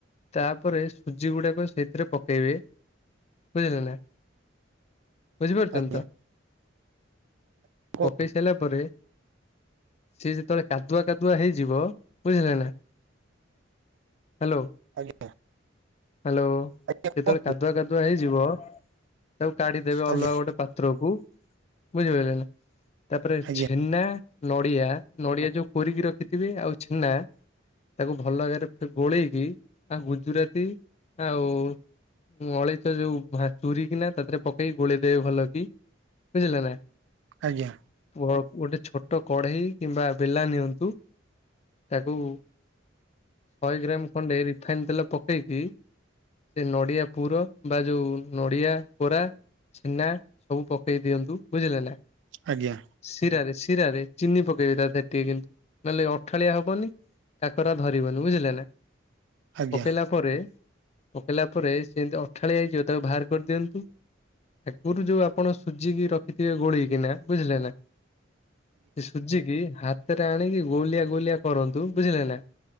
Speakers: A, on the left; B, on the right.
A: ତାପରେ ସୁଜି ଗୁଡାକ ସେଇଥିରେ ପକେଇବେ। ବୁଝିଲେ ନା? ବୁଝିପାରୁଛନ୍ତି
B: ଆଜ୍ଞା
A: ତ?
B: କୁହ
A: ପକେଇ ସାରିଲା ପରେ ସିଏ ଯେତେବେଳେ କାଦୁଆ କାଦୁଆ ହେଇଯିବ। ବୁଝିଲେ ନା? ହ୍ୟାଲୋ।
B: ଆଜ୍ଞା।
A: ହ୍ୟାଲୋ। ଯେତେବେଳେ
B: ଆଜ୍ଞା କୁହ
A: କାଦୁଆ କାଦୁଆ ହେଇଯିବ। ତାକୁ କାଢିଦେବେ ଅଲଗା
B: ଆଜ୍ଞା
A: ଗୋଟେ ପାତ୍ରକୁ ବୁଝିପାରିଲେ? ନା ତାପରେ
B: ଆଜ୍ଞା
A: ଛେନା ନଡିଆ, ନଡିଆ ଯୋଉ କୋରିକି ରଖିଥିବେ ଆଉ ଛେନା ତାକୁ ଭଲ ଆଗାରେ ଗୋଳେଇକି ଆଉ ଗୁଜୁରାତି ଆଉ ଉମ ଅଳେଇଚ ଯୋଉ ଭା ଚୁର କିନା ତାଥିରେ ପକେଇକି ଗୋଳେଇଦବେ ଭଲ କି। ବୁଝିଲ ନା?
B: ଆଜ୍ଞା।
A: ଗୋ-ଗୋଟେ ଛୋଟ କଢେଇ କିମ୍ବା ବେଲା ନିଅନ୍ତୁ। ତାକୁ ଶହେ ଗ୍ରାମ ଖଣ୍ଡେ ରିଫାଇନ ତେଲ ପକେଇକି ସେ ନଡିଆ ପୁର ବା ଯୋଉ ନଡ଼ିଆ କୋରା। ଛେନା ସବୁ ପକେଇ ଦିଅନ୍ତୁ। ବୁଝିଲେ ନା?
B: ଆଜ୍ଞା।
A: ଶିରାରେ ଶିରାରେ ଚିନି ପକେଇବେ ତା ଦେହରେ ଟିକେ କିନ୍ତୁ ନହେଲେ ଅଠାଳିଆ ହବନି। କାକରା ଧରିବନି ବୁଝିଲେ ନା
B: ଆଜ୍ଞା
A: ପକେଇଲା ପରେ ପକେଇଲା ପରେ ସେମିତି ଅଠାଳିଆ ହେଇଯିବ ତାକୁ ବାହାର କରିଦିଅନ୍ତୁ। ଆଗରୁ ଯୋଉ ଆପଣ ସୁଜିକି ର ରଖିଥିବେ ଗୋଳେଇକିନା ବୁଝିଲେ ନା ସେ ସୁଜିକି ହା ତରେ ଆଣିକି ଗୋଳିଆ ଗୋଳିଆ କରନ୍ତୁ। ବୁଝିଲେ ନା?